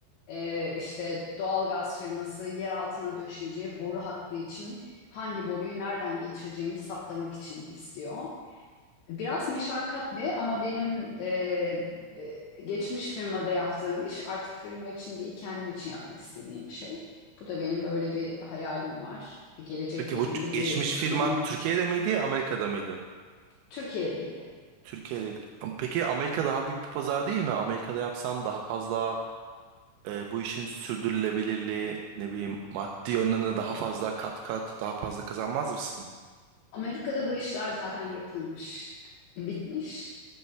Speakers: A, on the left; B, on the right.
A: Ee, işte doğalgaz firması yer altına döşeyeceği boru hattı için hangi boruyu nereden geçireceğini saptamak için istiyor. Biraz meşakkatli ama benim e, geçmiş firmada yaptığım iş artık firma için değil kendim için yapmak istediğim bir şey. Bu da benim böyle bir hayalim var. Gelecekle
B: Peki bu
A: ilgili
B: ç-
A: bir
B: geçmiş firman
A: planım var.
B: Türkiye'de miydi, Amerika'da mıydı?
A: Türkiye'deydi.
B: Türkiye'deydi. Am- Peki Amerika daha büyük bir pazar değil mi? Amerika'da yapsan daha fazla e, bu işin sürdürülebilirliği, ne bileyim maddi yönden de daha fazla kat kat daha fazla kazanmaz mısın?
A: Amerika'da bu işler zaten yapılmış, bitmiş.